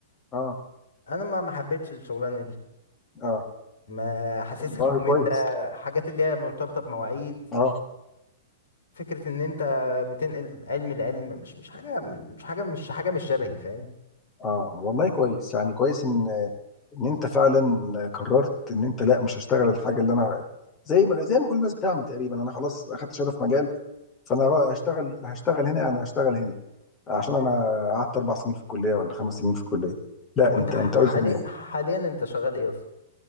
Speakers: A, on the left (about 20°); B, on the left (about 65°).
A: اه
B: انا ما ما حبيتش الشغلانه دي
A: اه
B: ما حاسسها
A: والله
B: ممله
A: كويس
B: حاجات اللي هي مرتبطه بمواعيد
A: اه
B: فكره ان انت بتنقل علم العلم مش مش حاجه مش حاجه مش حاجه مش شبهي فاهم
A: اه والله كويس يعني كويس ان ان انت فعلا قررت ان انت لا مش هشتغل الحاجه اللي انا زي ما زي ما كل الناس بتعمل تقريبا انا خلاص اخدت شهاده في مجال فانا را- هشتغل هشتغل هنا انا هشتغل هنا عشان انا قعدت اربع سنين في الكليه ولا خمس سنين في الكليه لا
B: وانت
A: انت
B: ح-
A: انت قلت
B: حالي
A: ال-
B: حاليا انت شغال ايه اصلا